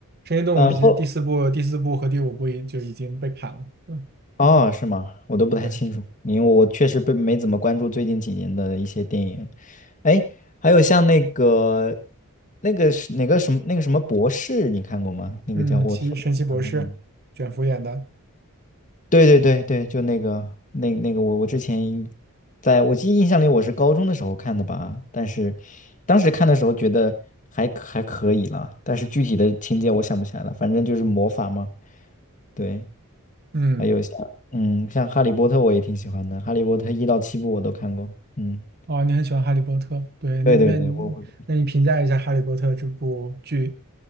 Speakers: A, on the right; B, on the left.
A: 奇动物已经第四部、
B: 呃后
A: 第四部和第五部已就已经被砍了。嗯，
B: 哦是吗？我都不太清楚，
A: 对，
B: 因为我确实被没怎么关注最近几年的一些电影。哎，还有像那个那个是哪个什么那个什么博士，你看过吗？那个叫我
A: 嗯，奇神奇博士，
B: 没。
A: 卷福演的，
B: 对对对对，就那个那那个我我之前在我记忆印象里我是高中的时候看的吧，但是当时看的时候觉得还可还可以啦，但是具体的情节我想不起来了，反正就是魔法嘛，对，
A: 嗯。
B: 还有像嗯像哈利波特我也挺喜欢的，哈利波特一到七部我都看过，嗯，
A: 哦，你很喜欢《哈利波特》，对，那那你那你评价一下《哈利波特》这部剧，
B: 对对对，我我